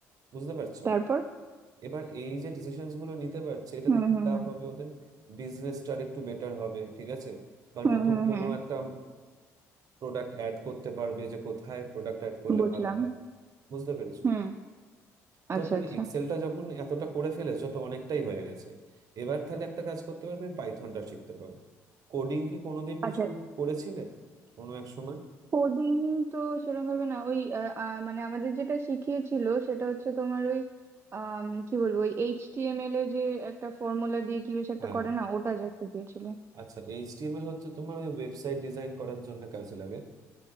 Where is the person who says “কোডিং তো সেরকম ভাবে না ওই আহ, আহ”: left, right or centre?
Right